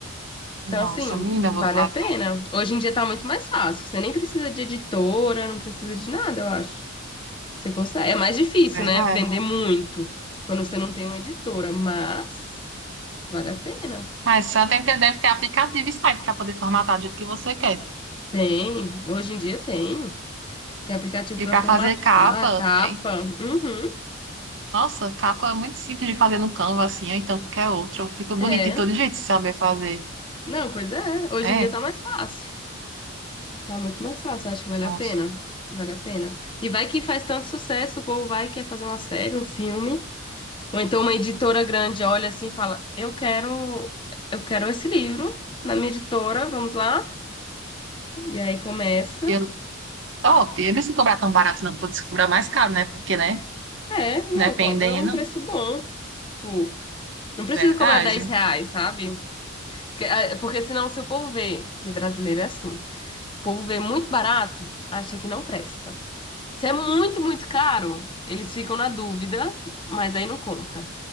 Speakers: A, on the left; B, on the right.
A: Então,
B: nossa,
A: assim,
B: menina, eu vou
A: vale
B: fazer,
A: a pena. Hoje em dia tá muito mais fácil. Você nem precisa de editora, não precisa de nada, eu acho. Você consegue. É mais difícil,
B: verdade.
A: né? Vender muito quando você não tem uma editora, mas vale a pena.
B: Mas só tem que, ter, deve ter aplicativo e site para poder formatar do jeito que você quer.
A: Tem, hoje em dia tem. Tem aplicativo
B: E
A: para
B: para
A: formatar,
B: fazer capa,
A: capa.
B: tem-
A: Uhum,
B: Nossa, capa é muito simples de fazer no Canva, assim, ou então qualquer outro. Fica bonito
A: é.
B: de todo jeito se saber fazer.
A: Não, pois é. Hoje
B: É,
A: em dia tá mais fácil. Tá muito mais fácil, acho que vale a
B: nossa.
A: pena. Vale a pena. E vai que faz tanto sucesso, o povo vai e quer fazer uma série, um filme. Ou então uma editora grande olha assim e fala: Eu quero, eu quero esse livro na minha editora, vamos lá. E aí começa.
B: Eu, top. Eu não se cobrar tão barato, não. Pode se cobrar mais caro, né? Porque, né?
A: É, não,
B: Dependendo.
A: cobra é um preço bom. Tipo, não precisa
B: Verdade.
A: cobrar 10 reais, sabe? Porque, ah, porque senão se o povo vê, porque brasileiro é assim, o povo vê muito barato, acha que não presta. Se é muito, muito caro, eles ficam na dúvida, mas aí não compra.